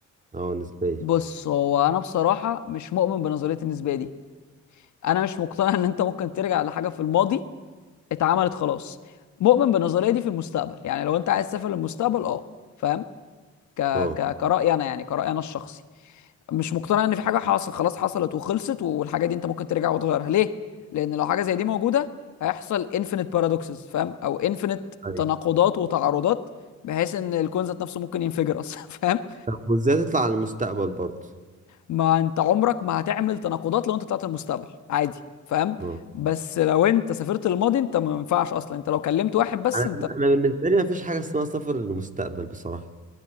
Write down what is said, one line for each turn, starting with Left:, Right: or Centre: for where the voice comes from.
Right: اه نسبية
Left: بص هو انا بصراحة مش مؤمن بنظرية النسبية دي انا مش مقتنع ان انت ممكن ترجع لحاجة في الماضي اتعملت خلاص مؤمن بالنظريه دي في المستقبل يعني لو انت عايز تسافر للمستقبل اه فاهم ك...
Right: اه
Left: ك... كرأي انا يعني كرأي انا الشخصي مش مقتنع ان في حاجه حاصل خلاص حصلت وخلصت والحاجه دي انت ممكن ترجع وتغيرها ليه لان لو حاجه زي دي موجوده هيحصل انفينيت بارادوكسز فاهم او انفينيت
Right: ايوه
Left: تناقضات وتعارضات بحيث ان الكون ذات نفسه ممكن ينفجر اصلا <laughs> فاهم
Right: طب وازاي تطلع على المستقبل برضه
Left: ما انت عمرك ما هتعمل تناقضات لو انت طلعت المستقبل عادي فاهم
Right: آه.
Left: بس لو انت سافرت للماضي انت ما ينفعش اصلا انت لو كلمت واحد بس
Right: انا أنا بالنسبه لي مفيش حاجه اسمها سفر للمستقبل بصراحه